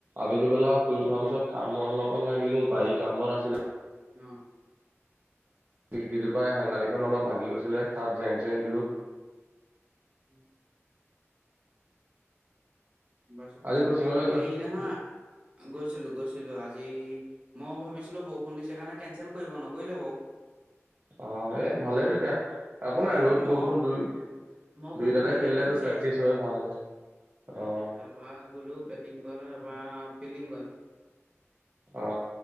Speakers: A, on the right (about 45°); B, on the right (about 25°).
A: আবেলি বেলা শুই উঠাৰ পিছত কাম বন অলপমান লাগিলো, বাৰীত কাম বন আছিল।
B: অ।
A: কেইজোপাই হেন্দালিখন
B: উম,
A: অলপ ভাগি গৈছিলে তাত জেং চেং দিলো।
B: <inaudible> বছ
A: আজি কোচিঙলৈ
B: ত
A: গৈছোঁ
B: সেই নহয় গৈছিলো গৈছিলো আজি মইও ভাবিছ- ছিলো বৰষুণ দিছে কাৰণে কেঞ্চেল কৰিব নকৰিলে বাও।
A: অ সে ভালে তেতিয়া, একো
B: ভালেই
A: নাই
B: হ'ল
A: ৰ'দ
B: মই
A: বৰষুণ দু
B: মই বৰষুণ
A: দুইটাতে
B: নিদিয়াটোৱে
A: খেলিলেতো
B: বিচাৰি
A: প্ৰেক্টিচ
B: আছিলো
A: হয় ভাল হয় অ।
B: তাৰ পৰা গ'লো বেটিং কৰালে তাৰ পৰা ফিল্ডিং কৰালে।
A: অ